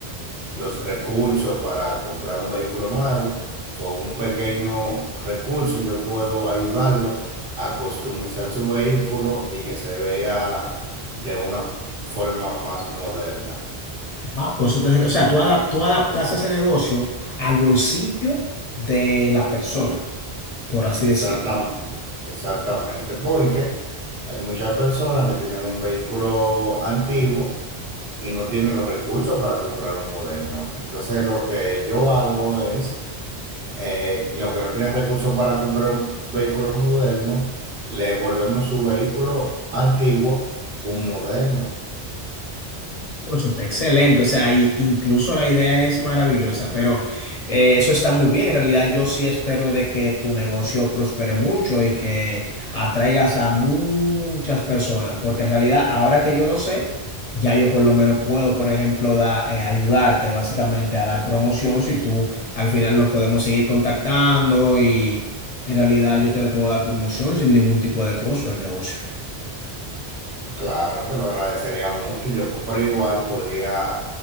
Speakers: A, on the right; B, on the left.
A: los recursos para comprar un vehículo nuevo. Con un pequeño recurso yo puedo ayudarlo a customizar su vehículo y que se vea de una forma más moderna.
B: Ah, pues, entonces, o sea, tú, adap- tú adaptaste ese negocio al bolsillo de la persona, por así
A: Exactamente,
B: decirlo.
A: exactamente, porque hay muchas personas que tienen un vehículo antiguo y no tienen los recursos para comprar un moderno. Entonces, lo que yo hago es, eh, los que no tienen recursos para comprar un vehículo moderno, le volvemos su vehículo antiguo un moderno.
B: Bueno, Eso está excelente, o sea, y- incluso la idea es maravillosa, pero eh, eso está muy bien. En realidad, yo sí espero de que tu negocio prospere mucho y que atraigas a muchas personas, porque en realidad, ahora que yo lo sé, ya yo por lo menos puedo, por ejemplo, da- eh, ayudarte básicamente a dar promoción si tú al final nos podemos seguir contactando y en realidad yo te le puedo dar promoción sin ningún tipo de costo al negocio.
A: Claro, te lo agradecería mucho. Yo por igual podría